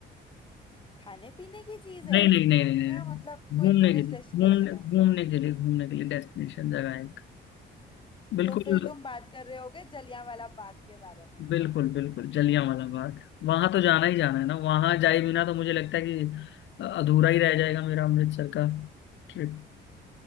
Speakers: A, on the left; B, on the left.
A: खाने पीने की चीज है
B: नहीं नहीं नहीं नहीं नहीं
A: या
B: नहीं।
A: मतलब कोई
B: घूमने
A: टूरिस्ट
B: के लिए
A: डेस्टिनेशन
B: घूमने
A: है
B: घूमने के लिए घूमने के लिए डेस्टिनेशन जगह है एक बिल्कुल
A: तो फिर तुम बात कर रहे होगे जलियांवाला बाग के बारे में
B: बिल्कुल बिल्कुल जलियांवाला बाग वहां तो जाना ही जाना है ना वहां जाए बिना तो मुझे लगता है कि अधूरा ही रह जाएगा मेरा अमृतसर का ट्रिप